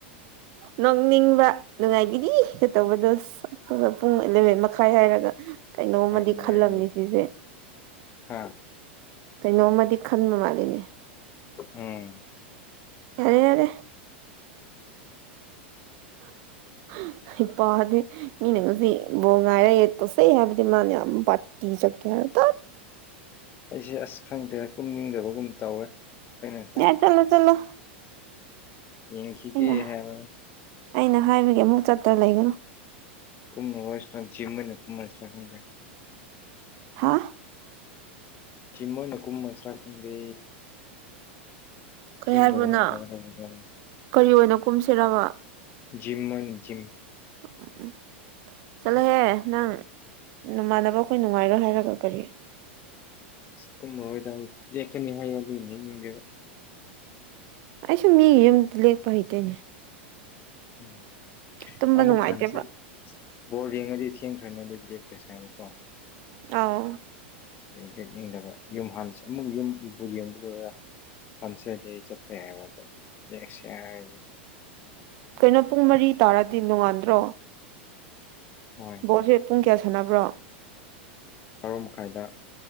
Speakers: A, on the right; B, on the left.
A: ꯅꯣꯛꯅꯤꯡꯕ ꯅꯨꯡꯉꯥꯏꯈꯤꯅꯤ ꯀꯩꯇꯧꯕꯗꯣ ꯁꯥꯛꯇꯨꯒ ꯄꯨꯡ ꯑꯦꯂꯚꯦꯟ ꯃꯈꯥꯏ ꯍꯥꯏ ꯍꯥꯏꯔꯒ ꯀꯩꯅꯣꯝꯃꯗꯤ
B: ꯍꯣꯏ ꯅꯨꯡꯉꯥꯏꯅꯤ
A: ꯈꯜꯂꯝꯅꯤ ꯁꯤꯁꯦ
B: ꯍꯥ
A: ꯀꯩꯅꯣꯝꯃꯗꯤ ꯈꯟꯕ ꯃꯥꯜꯂꯤꯅꯦ
B: ꯎꯝ
A: ꯌꯥꯔꯦ ꯌꯥꯔꯦ UNINTELLIGIBLE ꯍꯤꯄꯥꯗꯤ ꯃꯤꯅ ꯉꯁꯤ ꯕꯣꯜ ꯉꯥꯏꯔ ꯌꯦ ꯇꯣꯁꯦ ꯍꯥꯏꯕꯗꯤ ꯃꯥꯅ ꯌꯥꯝ UNINTELLIGIBLE ꯍꯥꯏꯔ ꯇꯥꯠ
B: ꯑꯩꯁꯦ ꯑꯁ ꯈꯪꯗꯦ ꯀꯨꯝꯅꯤꯡꯗꯕꯒꯨꯝ ꯇꯧꯋꯦ ꯑꯩꯅ ꯉꯁꯥꯏ
A: ꯌꯥꯔꯦ ꯆꯠꯂꯣ ꯆꯠꯂꯣ
B: ꯌꯦꯡꯈꯤꯒꯦ
A: ꯑꯩꯅ
B: ꯍꯥꯏꯕꯔ
A: ꯑꯩꯅ ꯍꯥꯏꯕꯒꯤ ꯑꯃꯨꯛ ꯆꯠꯇ꯭ꯔ ꯂꯩꯒꯅꯨ
B: UNINTELLIGIBLE
A: ꯍꯥꯥ
B: ꯆꯤ ꯃꯣꯏꯅ ꯀꯨꯝꯃꯔꯁꯤꯔ ꯈꯪꯗꯦ
A: ꯀꯩ
B: ꯀꯨꯝꯗꯕꯅ
A: ꯍꯥꯏꯕ ꯅ
B: ꯐꯔꯗ꯭ꯔꯥ
A: ꯀꯔꯤ ꯑꯣꯏꯅ ꯀꯨꯝꯁꯤꯔꯕ
B: ꯖꯤꯝ ꯃꫭꯏꯅ ꯖꯤꯝ
A: <unintelligible> ꯆꯠꯂꯣꯍꯦ ꯅꯪ ꯅꯃꯥꯟꯅꯕ ꯑꯩꯈꯣꯏ ꯅꯨꯡꯉꯥꯏꯔꯣꯏ ꯍꯥꯏꯔꯒ ꯀꯔꯤ
B: ꯑꯁ ꯀꯨꯝꯃꯣꯏꯗ ꯑꯩ ꯂꯦꯛꯀꯅꯤ ꯍꯥꯏ ꯑꯗꯨ ꯂꯦꯛꯅꯤꯡꯗꯦꯕ
A: ꯑꯩꯁꯨ ꯃꯤꯒꯤ ꯌꯨꯝꯗ ꯂꯦꯛꯄ ꯍꯩꯇꯦꯅꯦ
B: ꯎꯝ
A: ꯇꯨꯝꯕ
B: ꯑꯃꯃꯨꯛ
A: ꯅꯨꯡꯉꯥꯏꯇꯦꯕ
B: ꯍꯥꯟꯁꯤ ꯕꯣꯜ ꯌꯦꯡꯉꯗꯤ ꯊꯦꯡꯈ꯭ꯔꯅꯤ ꯑꯗꯨꯗꯤ ꯂꯦꯛꯈ꯭ꯔꯦꯁꯦ ꯍꯥꯏꯕꯀꯣ
A: ꯑꯥꯎ
B: ꯂꯦꯛꯅꯤꯡꯗꯕ ꯌꯨꯝ ꯍꯥꯟꯅꯁꯦ ꯑꯃꯨꯛ ꯌꯨꯝ ꯏꯕꯨ ꯌꯦꯡꯕ ꯂꯣꯏꯔꯒ ꯐꯟꯁꯔꯗꯤ ꯆꯠꯄ ꯌꯥꯏꯕ ꯑꯗꯣ ꯅꯦꯛꯁ ꯍꯥꯏꯔꯗꯤ
A: ꯀꯩꯅꯣ ꯄꯨꯡ ꯃꯔꯤ ꯇꯥꯔꯗꯤ ꯅꯣꯡꯉꯥꯟꯗ꯭ꯔꯣ
B: ꯍꯣꯏ
A: ꯕꫭꯜꯁꯦ ꯄꯨꯡ ꯀꯌꯥ ꯁꯥꯟꯅꯕ꯭ꯔꯣ
B: ꯕꯔꯣ ꯃꯈꯥꯏꯗ